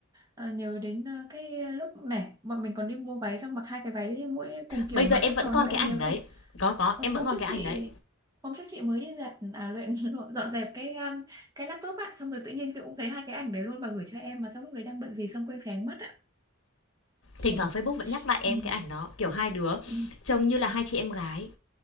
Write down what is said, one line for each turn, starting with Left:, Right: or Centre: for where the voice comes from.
Right: ờ, nhớ đến ờ, cái lúc này bọn mình còn đi mua váy xong mặc hai cái váy mỗi cùng kiểu
Left: bây giờ
Right: mà
Left: em
Right: khác
Left: vẫn
Right: màu
Left: còn
Right: nhau
Left: cái
Right: em
Left: ảnh
Right: nhớ
Left: đấy
Right: không?
Left: có có
Right: Ừ,
Left: em vẫn
Right: hôm
Left: còn
Right: trước
Left: cái
Right: chị
Left: ảnh đấy
Right: hôm trước chị mới đi giặt à luyện <laughs> dọn dẹp cái um, cái laptop ạ xong rồi tự nhiên chị cũng thấy hai cái ảnh đấy luôn và gửi cho em mà xong lúc đấy đang bận gì xong quên phén mất ạ trời
Left: thỉnh thoảng Facebook vẫn nhắc lại em
Right: ừ,
Left: cái ảnh đó kiểu hai đứa
Right: ừ,
Left: trông như là hai chị em gái